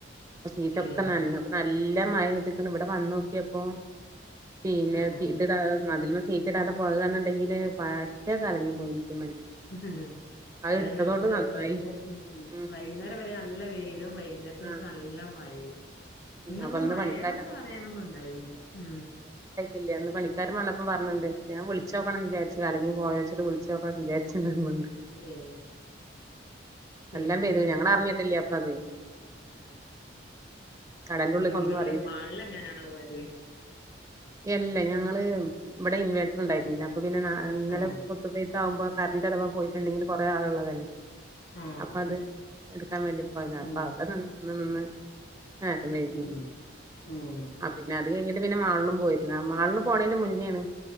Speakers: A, on the right (about 20°); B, on the left (about 60°).
A: അപ്പ സീറ്റൊക്കെ
B: ഏഹ്
A: നനഞ്ഞു അപ്പ നല്ല നല്ല മഴയ്ക്ക്ണ് ഇവിടെ വന്നോക്കിയപ്പോ പിന്നെ
B: ആഹ്
A: ഇ മതി സീറ്റിടാത പോകന്നുണ്ടെങ്കില് പറ്റെ കലങ്ങി പോയിനി സിമന്റ്.
B: ഹി ഹി
A: അത്
B: അതന്നെ
A: ഇട്ടതോണ്ട്
B: ഉച്ച
A: നന്നായി
B: വൈകുന്നേരം
A: ഉം
B: വൈകുന്നേരം വരെ നല്ല വെയിലും വൈകുന്നേരത്തിന്
A: ആഹ്
B: ശേഷം നല്ല മഴയും.
A: ഉം
B: ഇന്ന്പ്പോ
A: അപ്പൊ ഇന്ന്
B: മഴാന്ന്
A: പണിക്കാര് വന്നപ്പോ
B: പറയാനൊന്നും ഇണ്ടായില്ല ഉ
A: ഇല്ല അന്ന് പണിക്കാരൻ വന്നപ്പം പറഞ്ണ്ട് ഞാൻ വിളിക്ക ച്ചോക്കണം വിചാരിച്ച അലിഞ്ഞ പോയോച്ചിട്ട് വിളിച്ചോക്കൻ <unintelligible>
B: ഏ പിന്നെ
A: നല്ലോം പെയ്ത്ക്ക്ണ്
B: വേറെ
A: ഞങ്ങളറിഞ്ഞിട്ടില്ല
B: എന്താ
A: അപ്പ അത്
B: ഏ
A: കടന്റെ ഉള്ള്ക്കൊന്നും
B: നിങ്ങള്
A: അറിയില്ലല്ലോ
B: മാളില് എങ്ങനാണ് പോയത്?
A: അല്ല ഞങ്ങള് ഇവിടെ ഇൻവേർട്ടർ ഇണ്ടായിരുന്നില്ല അപ്പൊ പിന്നെ ഇന്നലെ
B: ആഹ്
A: മൊത്തതി ആകുമ്പോ കറന്റ് അഥവാ പോയിട്ട് ണ്ടങ്കിൽ കുറെേ ആള്ള്ളതല്ലേ?
B: ആഹ്
A: അപ്പൊ അത് എടുക്കാൻ വേണ്ടി പോയന അപ്പൊ
B: ആഹ്
A: അവിടെ നിന്ന് നിന്ന് നിന്ന് ആ <unintelligible>
B: അങ്ങനെ ഉം ഉം ഉം
A: ആ
B: ഉം
A: പിന്നെ അത് കഴിഞ്ഞിട്ട് പിന്നെ മാളിലും പോയി മാളിലും. പോണെന്റെ മുന്നെ ആണ്